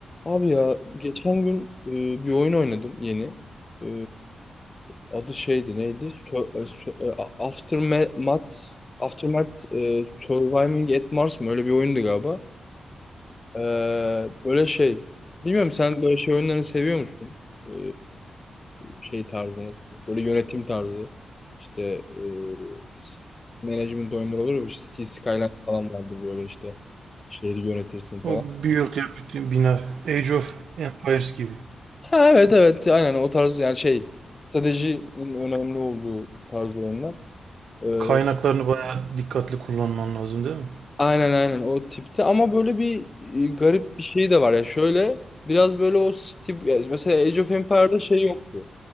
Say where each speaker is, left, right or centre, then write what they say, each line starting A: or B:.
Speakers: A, on the left; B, on the right.
A: Abi ya geçen gün e, bir oyun oynadım yeni. E, adı şeydi neydi? Sö- e, sö- e, A- Aftermath, Aftermath e, Surviving at Mars mı? Öyle bir oyundu galiba. E, böyle şey. Bilmiyorum sen böyle şey oyunlarını seviyor musun? E, şey tarzı nasıl? Böyle yönetim tarzı. İşte e, s- management oyunları olur ya. işte City Skyline falan vardı böyle işte. Şehri yönetirsin falan.
B: O build yap, bina. Age of Empires gibi.
A: Ha, evet evet aynen o tarz yani şey stratejinin önemli olduğu tarz oyunlar. Ee,
B: Kaynaklarını bayağı dikkatli kullanman lazım değil mi?
A: aynen aynen o tipte ama böyle bir e, garip bir şey de var ya şöyle biraz böyle o stil ya mesela Age of Empire'da şey yoktu.